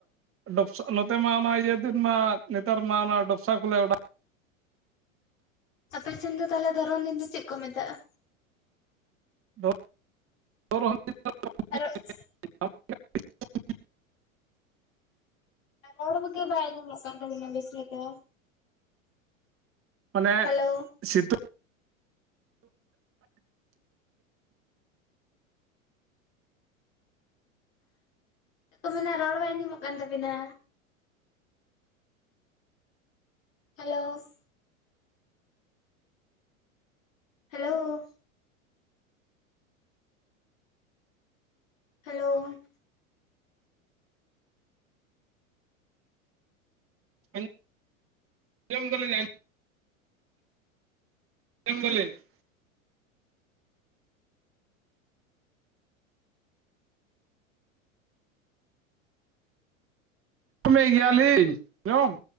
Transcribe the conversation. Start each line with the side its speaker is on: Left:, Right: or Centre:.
Right: ᱰᱚᱯᱥᱟ ᱱᱚᱛᱮ ᱢᱟ ᱚᱱᱟ ᱤᱭᱟᱹ ᱫᱤᱱ ᱢᱟ ᱱᱮᱛᱟᱨ ᱢᱟ ᱚᱱᱟ ᱰᱚᱯᱥᱟ ᱠᱚᱞᱮ ᱚᱰᱟᱜ
Left: ᱟᱯᱮ ᱥᱮᱱ ᱫᱚ ᱛᱟᱦᱚᱞᱮ ᱫᱷᱚᱨᱚᱱ ᱫᱤᱱ ᱫᱚ ᱪᱮᱫ ᱠᱚ ᱢᱮᱛᱟᱜ-ᱟ?
Right: <unintelligible>
Left: ᱟᱨᱚᱜ
Right: <unintelligible>
Left: ᱟᱨ ᱨᱚᱲ ᱠᱚᱜᱤ ᱵᱟᱭ ᱟᱸᱡᱚᱢᱚᱜ ᱠᱟᱱ ᱛᱟᱵᱤᱱᱟ ᱵᱮᱥ ᱞᱮᱠᱟ᱾
Right: ᱢᱟᱱᱮ
Left: ᱦᱮᱞᱳ
Right: ᱥᱤᱛᱩᱝ
Left: ᱪᱮᱫ ᱠᱚ ᱢᱮᱱᱟ ᱨᱚᱲ ᱵᱟᱭ ᱟᱸᱡᱚᱢᱚᱜ ᱠᱟᱱ ᱛᱟᱵᱮᱱᱟ᱾ ᱦᱟᱞᱳ ᱾ ᱦᱮᱞᱳ ᱾ ᱦᱮᱞᱳ ᱾
Right: ᱟᱸᱡ ᱟᱸᱡᱚᱢ ᱫᱟᱹᱞᱤᱧ ᱟᱸᱡᱚᱢ ᱫᱟᱹᱞᱤᱧ ᱾ ᱟᱸᱢᱚᱢᱮ ᱜᱮᱭᱟᱞᱤᱧ <inaudible>